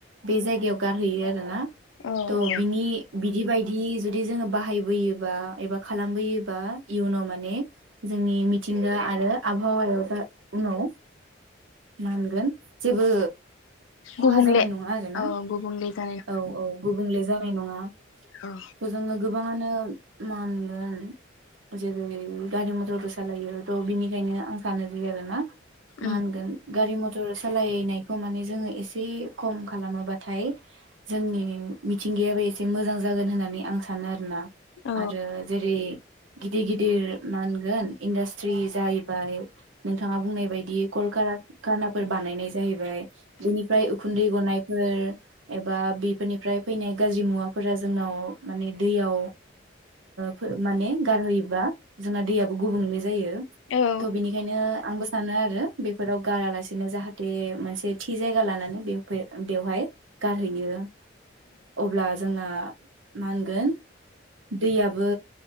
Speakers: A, on the right; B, on the left.
A: बे जायगायाव गारहैयो आरो ना
B: औ
A: थ' बिनि बिदि बायदि जुदि जोङो बाहायबोयोबा एबा खालामबोयोबा इयुनाव माने जोंनि मिथिंगा आरो आबहावायाव जा उनाव मा होनगोन जेबो खहा
B: गुबुंले
A: जानाय नङा आरो ना
B: औ गुबुंले जानाय
A: औ औ गुबुन बुंले जानाय नङा
B: औ
A: थ' जोङो गोबाङानो मा होनगोन जेरै गारि मथरबो सालायो थ' बिनिखायनो आं सानो जि आरो ना मानगोन
B: उम
A: गारि मटर सालायनायखौ माने जोङो एसे खम खालामोबाथाय जोंनि मिथिंगायाबो एसे मोजां जागोन होननानै आं सानो आरोना
B: औ
A: आरो जेरै गिदिर गिदिर मा होनगोन इन्डास्ट्रि जाहैबाय नोंथाङा बुंनाय बायदि कलकारान खानाफोर बानायनाय जाहैबाय बेनिफ्राय उखुन्दै गनायफोर एबा बिफोरनिफ्राय फैनाय गाज्रि मुवाफोरा जोंनाव माने दैयाव फो ओ माने गारहैयोबा जोंना दैयाबो गुबुंले जायो
B: औ
A: थ' बेनिखायनो आंबो सानो आरो बेफोराव गारालासे बिदिनो जाहाथे मोनसे थि जायगा लानानै बेवफाय बेवहाय गारहैयो अब्ला जोंना मा होनगोन दैयाबो